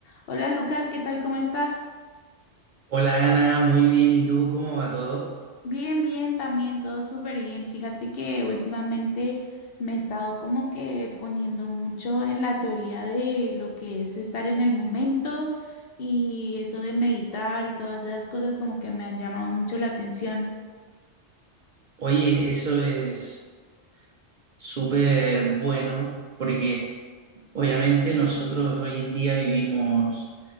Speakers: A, on the left; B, on the right.
A: Hola Lucas, ¿qué tal? ¿Cómo estás?
B: Hola Ana, muy bien. ¿Y tú cómo va todo?
A: Bien, bien, también todo súper bien. Fíjate que últimamente me he estado como que poniendo mucho en la teoría de lo que es estar en el momento y eso de meditar y todas esas cosas como que me han llamado mucho la atención.
B: Oye, eso es súper bueno porque obviamente nosotros hoy en día vivimos